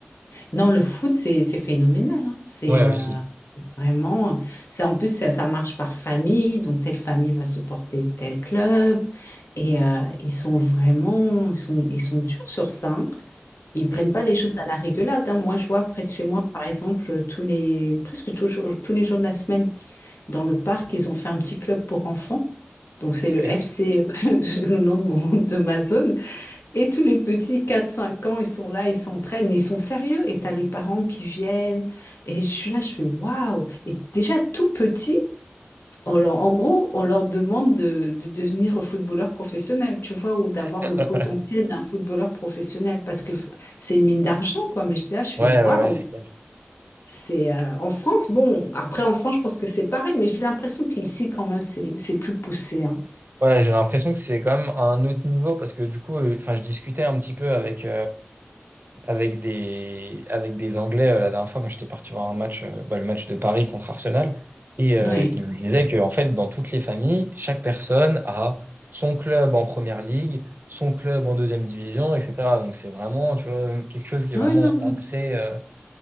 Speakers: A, on the left; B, on the right.
A: Non, le foot, c'est c'est phénoménal. hein. C'est
B: Ouais,
A: euh,
B: aussi.
A: vraiment. Ça, en plus, ça, ça marche par famille. Donc, telle famille va supporter tel club. Et euh, ils sont vraiment. Ils sont, ils sont durs sur ça. hein. Ils prennent
B: Mm,
A: pas les choses à la rigolade. hein. Moi, je vois près de chez moi, par exemple, tous les, presque toujours, tous les jours de la semaine, dans le parc, ils ont fait un petit club pour enfants. Donc, c'est
B: ok.
A: le FC, <laughs> le nom de, mon- de ma zone. Et tous les petits quatre cinq ans, ils sont là, ils s'entraînent, mais ils sont sérieux. Et t'as les parents qui viennent. Et je suis là, je fais waouh. Et déjà tout petit, on leur, en gros, on leur demande de, de devenir footballeur professionnel, tu vois, ou d'avoir
B: <laughs>
A: le potentiel d'un footballeur professionnel, parce que f- c'est une mine d'argent, quoi. Mais je j'étais là, je fais
B: Ouais,
A: waouh.
B: ouais, ouais, c'est clair.
A: C'est euh, en France, bon, après en France, je pense que c'est pareil, mais j'ai l'impression qu'ici, quand même, c'est c'est plus poussé. Hein.
B: Ouais, j'ai l'impression que c'est quand même à un autre niveau parce que du coup, euh, enfin, je discutais un petit peu avec, avec des, avec des Anglais euh, la dernière fois quand j'étais parti voir un match, euh, bah, le match de Paris contre Arsenal. Et euh,
A: Ouais.
B: il me disait que, en fait, dans toutes les familles, chaque personne a son club en première ligue, son club en deuxième division, etc. Donc c'est vraiment, tu vois, quelque chose qui est
A: Ouais,
B: vraiment
A: non, non.
B: ancré, euh,